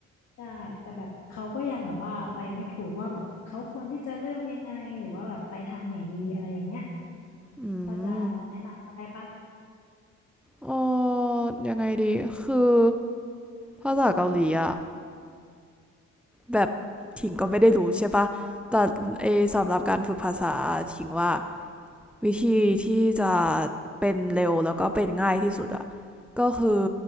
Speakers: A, on the left; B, in the centre.
A: ได้แต่แบบเขาก็ยังแบบว่าไปไม่ถูกว่าแบบเขาควรที่จะเริ่มยังไงหรือว่าแบบไปทางไหนดีอะไรอย่างเงี้ย
B: อืม
A: พอจะแนะนำเขาได้ปะ
B: เออยังไงดี คือ ภาษาเกาหลีอ่ะ แบบ ถิงก็ไม่ได้รู้ใช่ปะแต่ไอสำหรับการฝึกภาษา ถิงว่า วิธีที่จะเป็นเร็วแล้วก็เป็นง่ายที่สุดอ่ะ ก็คือ